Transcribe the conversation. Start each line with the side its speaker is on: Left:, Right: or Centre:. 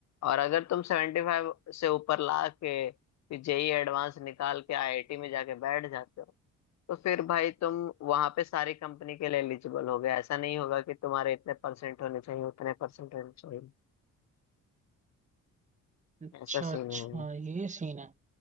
Left: और अगर तुम सेवेंटी फाइव से ऊपर ला के जेई एडवांस निकाल के आईआईटी में जाके बैठ जाते हो तो फिर भाई तुम वहां पे सारी कंपनी के लिए एलिजिबल हो गए ऐसा नहीं होगा कि तुम्हारे इतने परसेंट होने चाहिए उतने परसेंट होने चाहिए
Right: अच्छा
Left: ऐसा सीन
Right: अच्छा
Left: है
Right: ये सीन है